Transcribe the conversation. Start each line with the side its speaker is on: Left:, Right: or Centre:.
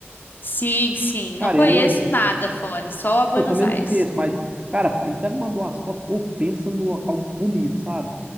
Left: Sim, sim.
Right: Cara,
Left: Não conheço
Right: ele.
Left: nada fora, só Buenos
Right: Eu também
Left: Aires.
Right: não conheço, mas, cara, ele até me mandou umas fotos. Ou pensa num local bonito, sabe?